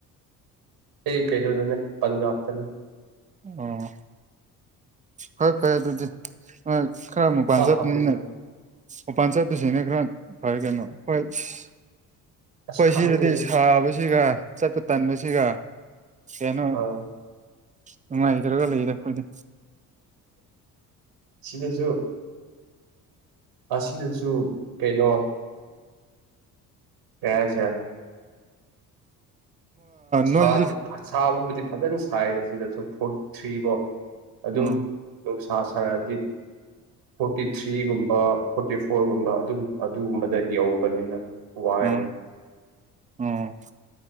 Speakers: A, on the right; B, on the right.
A: ꯑꯩ ꯀꯩꯅꯣꯗꯅꯦ ꯄꯟꯖꯥꯞ ꯇꯥꯅꯦ
B: ꯑꯣ ꯍꯣꯏ ꯐꯩ ꯑꯗꯨꯗꯤ ꯈꯔ ꯑꯃꯨꯛ ꯄꯥꯟꯖꯅꯤꯅ
A: ꯑꯥ ꯑꯥ ꯄꯩꯁꯥꯗꯣ
B: <unintelligible> ꯃꯄꯥꯟ ꯆꯠꯄꯁꯤꯅ ꯈꯔ ꯐꯔꯦ ꯀꯩꯅꯣ ꯍꯣꯏ ꯑꯩꯈꯣꯏ
A: ꯑꯁ ꯈꯪꯗꯦꯗ
B: ꯁꯤꯗꯗꯤ ꯁꯥꯕꯁꯤꯒ ꯆꯠꯄ ꯇꯟꯕꯁꯤꯒ ꯀꯩꯅꯣ
A: ꯑꯥ
B: ꯅꯨꯡꯉꯥꯏꯖꯔꯒ ꯂꯩꯗꯦ ꯑꯩꯈꯣꯏꯗꯤ
A: ꯁꯤꯗꯁꯨ ꯑꯁꯤꯗꯁꯨ ꯀꯩꯅꯣ ꯀꯖ ꯁꯥ
B: ꯅꯣꯏꯗꯗꯤ
A: ꯁꯥ ꯐꯖꯅ ꯁꯥꯏꯅ ꯁꯤꯗꯁꯨ ꯐꯣꯔꯇꯤ ꯊ꯭ꯔꯤꯒꯣ ꯑꯗꯨꯝ
B: ꯎꯝ
A: ꯅꯨꯡꯁꯥ ꯊꯔꯗꯤꯞ ꯐꯣꯔꯇꯤ ꯊ꯭ꯔꯤꯒꯨꯝꯕ ꯐꯣꯔꯇꯤ ꯐꯣꯔꯒꯨꯝꯕ ꯑꯗꯨꯝ ꯑꯗꯨꯒꯨꯝꯕꯗ ꯌꯧꯕꯅꯤꯅ ꯋꯥꯏꯗ
B: ꯎꯝ ꯎꯝ